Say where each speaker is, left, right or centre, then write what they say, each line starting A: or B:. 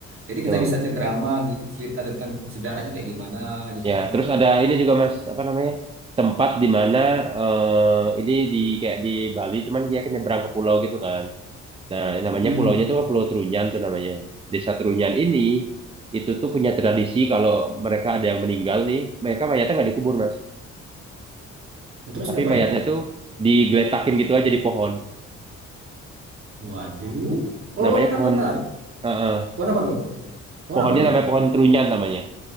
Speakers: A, on the right; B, on the right.
A: Jadi
B: betul.
A: kita bisa cengkerama gitu, cerita tentang sejarahnya kayak gimana gitu
B: Ya
A: kan.
B: terus ada ini juga mas apa namanya tempat di mana eh, ini di kayak di Bali cuman dia nyebrang ke pulau gitu kan. Nah, namanya
A: Mm-mm.
B: pulaunya itu kan Pulau Trunyan tuh namanya. Desa Trunyan ini itu tuh punya tradisi kalau mereka ada yang meninggal nih, mereka mayatnya nggak dikubur, Mas.
A: Terus
B: Tapi
A: diapain?
B: mayatnya tuh digeletakin gitu aja di pohon.
A: Waduh. Oh,
B: Namanya
A: oh, bentar,
B: pohon
A: bentar, bentar.
B: eh, eh.
A: Warna apa tuh? Warna
B: Pohonnya
A: apa tuh?
B: namanya pohon Trunyan namanya.